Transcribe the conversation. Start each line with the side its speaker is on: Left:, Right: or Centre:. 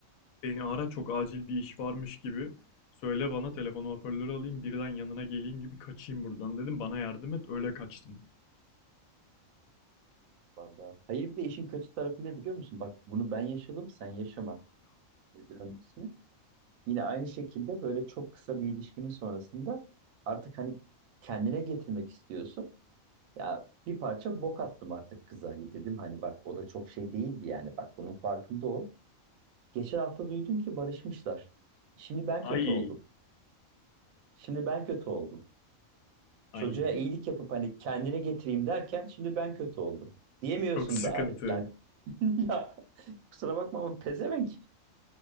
Left: Beni ara çok acil bir iş varmış gibi. Söyle bana telefonu hoparlörü alayım birden yanına geleyim gibi kaçayım buradan dedim. Bana yardım et öyle kaçtım.
Right: Vallahi. Hayır bir de işin kötü tarafı ne biliyor musun? Bak bunu ben yaşadım sen yaşama. Nedir onun ismi? Yine aynı şekilde böyle çok kısa bir ilişkinin sonrasında artık hani kendine getirmek istiyorsun. Ya bir parça bok attım artık kıza. Hani Dedim hani bak o da çok şey değildi yani. Bak bunun farkında ol. Geçen hafta duydum ki barışmışlar. Şimdi ben kötü
Left: Ay
Right: oldum. Şimdi ben kötü oldum.
Left: ay
Right: Çocuğa iyilik yapıp hani kendine getireyim derken şimdi ben kötü oldum. Diyemiyorsun
Left: çok sıkıntı.
Right: da hani. Yani <laughs> ya kusura bakma ama pezevenk.